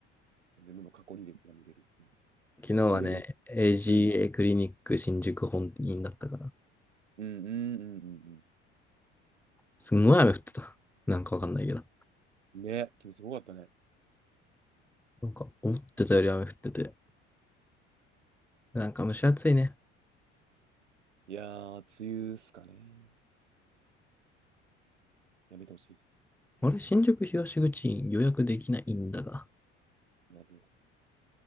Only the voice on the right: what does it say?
自分の過去にでも見れる。うん
めっちゃ上野。
うん。
うんうんうんうん
うん。ね、君すごかったね。
いやー、梅雨っすかね。やめてほしいっす。
まずね。